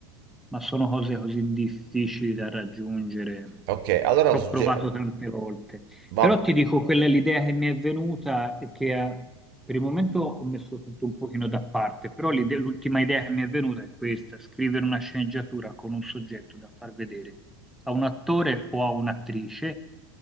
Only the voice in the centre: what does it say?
ma sono cose così difficili da raggiungere.
Ci
ho provato tante volte.
Però ti dico, quella è l'idea che mi è venuta e che eh, per il momento ho messo tutto un pochino da parte, però l'ide- l'ultima idea che mi è venuta è questa, scrivere una sceneggiatura con un soggetto da far vedere a un attore o a un'attrice